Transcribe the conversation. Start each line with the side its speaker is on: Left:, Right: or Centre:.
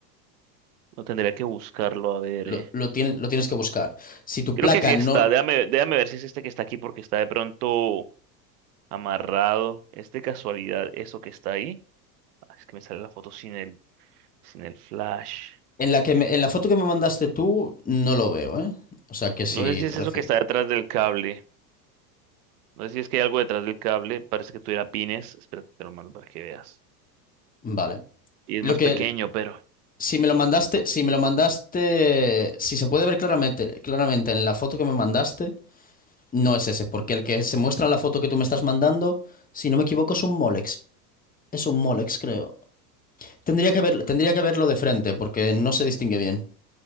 Right: No tendría que buscarlo a ver,
Left: Lo,
Right: eh.
Left: lo, tiene- lo tienes que buscar. Si tu
Right: Creo
Left: placa
Right: que sí
Left: no...
Right: está. Déjame, déjame ver si es este que está aquí porque está de pronto. amarrado. ¿Es de casualidad eso que está ahí? Ah, Es que me sale la foto sin el, sin el flash.
Left: En la que me- en la foto que me mandaste tú, no lo veo, ¿eh? O sea que si
Right: No sé si
Left: te
Right: es
Left: refieres...
Right: eso que está detrás del cable. No sé si es que hay algo detrás del cable. Parece que tuviera pines. Espérate, te lo mando para que veas.
Left: Vale.
Right: Y es
Left: Lo
Right: más
Left: que...
Right: pequeño, pero...
Left: Si me lo mandaste, si me lo mandaste, si se puede ver claramente, claramente en la foto que me mandaste, no es ese, porque el que se muestra en la foto que tú me estás mandando, si no me equivoco, es un Molex. Es un Molex, creo. Tendría que ver, tendría que verlo de frente porque no se distingue bien.